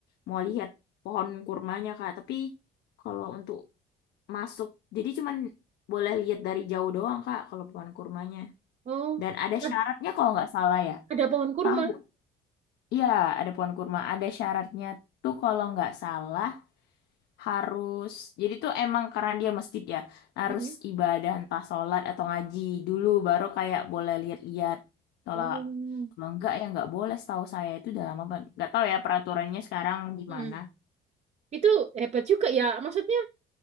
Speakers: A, on the left; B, on the right.
A: mau lihat pohon kurmanya Kak. Tapi kalau untuk masuk, jadi cuman boleh lihat dari jauh doang Kak kalau pohon kurmanya.
B: Oh,
A: Dan ada
B: ad-
A: syaratnya kalau nggak salah ya.
B: ada pohon kurma.
A: Tahu. Iya, ada pohon kurma. Ada syaratnya tuh kalau nggak salah harus jadi tuh emang karena dia masjid ya harus
B: Mm-mm.
A: ibadah entah sholat atau ngaji dulu baru kayak boleh lihat-lihat kalau
B: Oh,
A: kalau enggak ya enggak boleh setahu saya itu udah lama banget enggak tahu ya peraturannya sekarang gimana
B: Mm. Itu hebat juga ya. Maksudnya